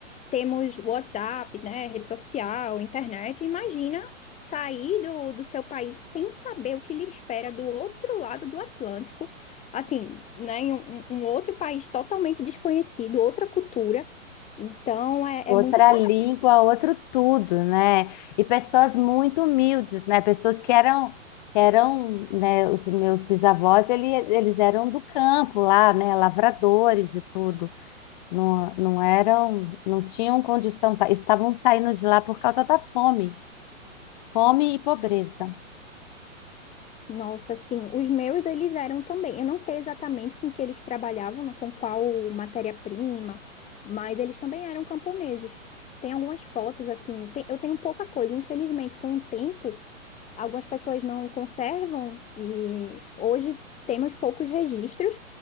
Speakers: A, on the left (about 15°); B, on the left (about 35°).
A: temos WhatsApp, né? Rede social, internet. Imagina sair do, do seu país sem saber o que lhe espera do outro lado do Atlântico, assim, né? Em um, um um outro país totalmente desconhecido, outra cultura. Então, é,
B: Outra
A: é muita coragem.
B: língua, outro tudo, né? E pessoas muito humildes, né? Pessoas que eram, que eram, né? Os meus bisavós, ele, eles eram do campo lá, né? Lavradores e tudo. Não, não eram, não tinham condição, tá- estavam saindo de lá por causa da fome, fome e pobreza.
A: Nossa, assim, os meus eles eram também. Eu não sei exatamente com que eles trabalhavam, né, com qual matéria-prima, mas eles também eram camponeses. Tem algumas fotos, assim, tem- eu tenho pouca coisa, infelizmente, com o tempo, algumas pessoas não conservam e hoje temos poucos registros,